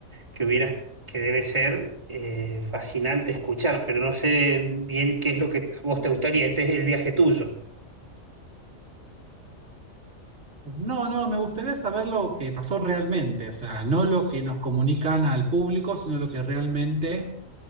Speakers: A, on the right; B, on the right.
A: que hubiera, que debe ser eh, fascinante escuchar, pero no sé bien qué es lo que a vos te gustaría. Este es el viaje tuyo.
B: No, no, me gustaría saber lo que pasó realmente, o sea, no lo que nos comunican al público, sino lo que realmente